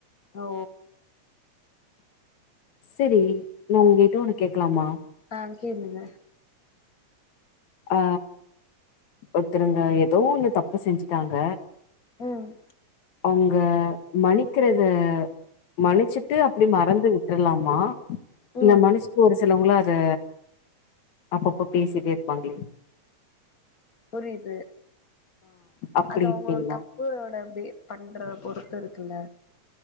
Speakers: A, on the left; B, on the left.
A: ஓ
B: சரி நான் உங்ககிட்ட ஒன்னு கேக்கலாமா
A: ஆ கேளுங்க
B: அ ஒருத்தருங்க ஏதோ ஒன்னு தப்ப செஞ்சுட்டாங்க
A: ம்
B: அவுங்க மனிக்குறத மன்னிச்சுட்டு அப்படி மறந்து விட்டுரலாமா
A: ம்
B: இல்ல மனுஷக்கு ஒரு சிலவங்களா அது அப்பப்போ பேசிட்டேருபாங்களே
A: புரியுது
B: அப்டி
A: அது அவுங்க
B: இருப்பீங்களா
A: தப்போட பண்றத பொறுத்து இருக்குல்ல